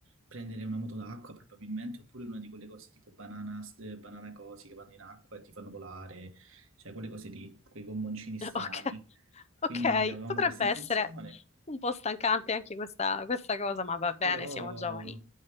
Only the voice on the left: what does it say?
<laughs> Ok. Ok,
potrebbe
essere un po' stancante anche questa, questa cosa, ma va bene,
siamo giovani.